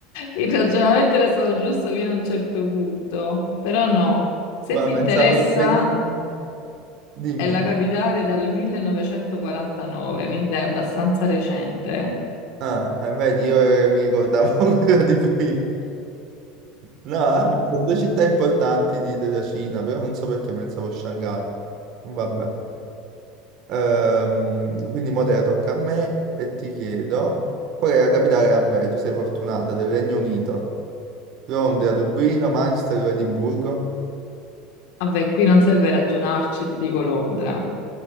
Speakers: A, on the left; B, on the right.
A: Il ragionamento era stato giusto fino a un certo punto, però no. Se
B: Ma
A: ti
B: pensavo
A: interessa,
B: che Pechino... Dimmi.
A: È la capitale dal 1949, quindi è abbastanza recente.
B: Ah, eh, vedi, io eh, mi ricordavo <laughs> quella di prima. No, abbiamo due città importanti di- della Cina, però non so perché pensavo a Shanghai. Vabbè. Ehm, quindi mo te la tocca a me e ti chiedo qual è la capitale? Vabbè, tu sei fortunata, del Regno Unito. Londra, Dublino, Manchester o Edimburgo?
A: Vabbè, qui non serve ragionarci, ti dico Londra.